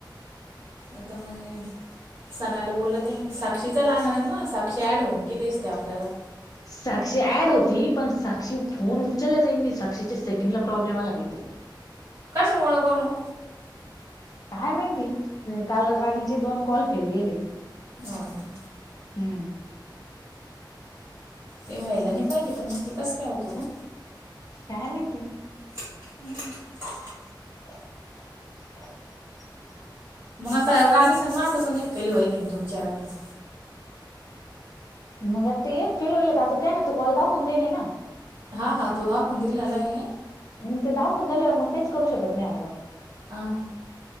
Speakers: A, on the right; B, on the left.
A: आता माये सणाला बोलते साक्षीच लागणार न, साक्षी ॲड होऊन गेली असती आपल्याला
B: साक्षी ऍड होती पण साक्षी फोन उचलल्या जाईन नाई साक्षीच्या सेटिंगला प्रॉब्लेम आला काहीतरी
A: कशामुळं कमून ओ
B: काय माहिती ते काल राणीचे दोन कॉल फेल गेले.
A: आ ना
B: हम्म
A: ते व्हायला नाय पाहिजे पण मंग ते कसं काय होतो पण
B: काय माहिती
A: <unintelligible>
B: <inaudible>
A: मंग आता राणीचं माझं पण एक फेल वहिलेन तुमच्या राणीचं
B: मंग आता ते एक फेल व्हायले आता त्या न त कॉल दाखवून देयले ना
A: हा हा तो दाखवून दिलेला ये.
B: मग ते दाखवून झाल्यावर मग काहीच करू शकत नाही आपण.
A: ह, हा.